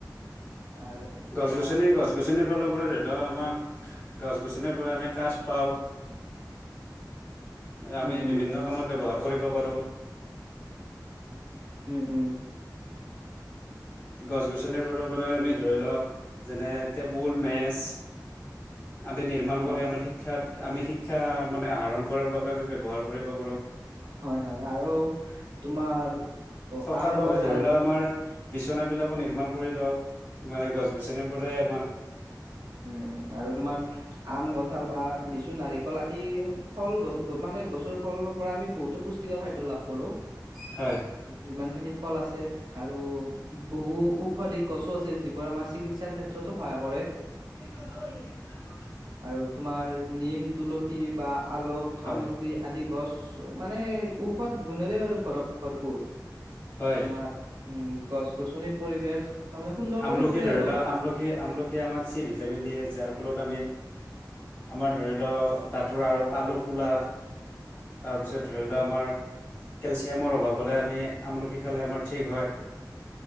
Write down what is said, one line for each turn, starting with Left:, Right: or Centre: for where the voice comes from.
Right: আৰু
Left: গছ
Right: তোমাৰ
Left: গছনি গছ গছনিৰ ফালৰ পৰা ল আমাক গছ গছনিৰ পৰা আমি কাঠ পাওঁ। আমি
Right: উম উম
Left: বিভিন্ন কামত ব্যৱহাৰ কৰিব পাৰো।
Right: উম উম।
Left: গছ গছনিবোৰৰ পৰা আমি ধৰি ল যেনে টেবুল, মেচ আদি নিৰ্মাণ কৰি
Right: অ
Left: আমাৰ শিক ক্ষাত আমি শিক্ষা মানে আহৰণ কৰাৰ বাবে আমি ব্যৱহাৰ কৰিব পাৰোঁ।
Right: হয়, হয়। আৰু তোমাৰ অ,
Left: থকাৰ
Right: আম
Left: বাবে
Right: কঁঠাল
Left: ধৰি ল আমাৰ বিচনাবিলাকো
Right: উম
Left: নিৰ্মাণ কৰি লওঁ, মানে গছ গছনিৰ পৰাই আমা
Right: উম আৰু তোমাৰ আম, কঁঠাল বা লিচু, নাৰিকল আদি ফল গছ মানে গছৰ ফলৰ পৰা আমি বহুতো পুষ্ টি কৰ খাদ্য লাভ কৰোঁ।
Left: হয়।
Right: যিমান খিনি ফল আছে আৰু বহু ঔষধিক গছো আছে, যিবোৰ আমাৰ চিকিৎসাৰ ক্ষেত্ৰতো সহায় কৰে।
Left: <inaudible>
Right: আৰু তোমাৰ নিম, তুলসী বা আলস,
Left: হয়
Right: আমলখি আদি গছ মানে ঔষধ গুণেৰে আৰু ভৰ ভৰপুৰ
Left: হয়
Right: তোমাৰ উম গছ গছনিৰ পৰিৱেশ তাৰমানে সুন্দৰ
Left: আমলখি
Right: কৰি তোলে
Left: ধৰি
Right: আৰু
Left: লোৱা আমলখিৱে আমলখিৱে আমাক চি ভিটামিন দিয়ে যাৰ ফলত আমি আমাৰ ধৰি লও দাঁতৰ আ আলু ফুলা তাৰপিছত ধৰি লোৱা আমাৰ কেলচিয়ামৰ অভাৱ হলে আমি আমলখি খালে আমাৰ ঠিক হয়।